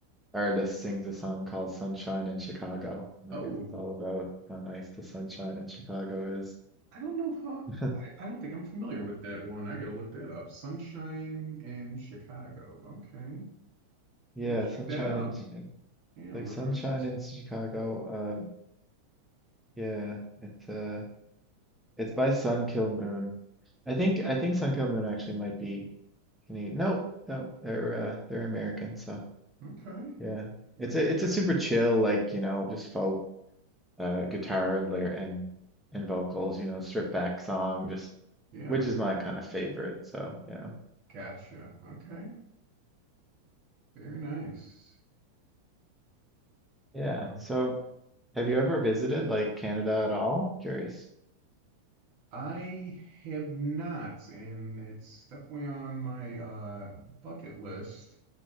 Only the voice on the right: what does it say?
oh,
I don't know how.
I, I don't think I'm familiar with that one. I gotta look that up. Sunshine and Chicago. Okay, I'm
gonna check
that out.
Yeah,
we're
learning some. s-
Okay, I'm
gonna
check
that
out.
Yeah,
gotcha. Okay, very nice.
Yeah,
I have not, and it's definitely on my uh, bucket list.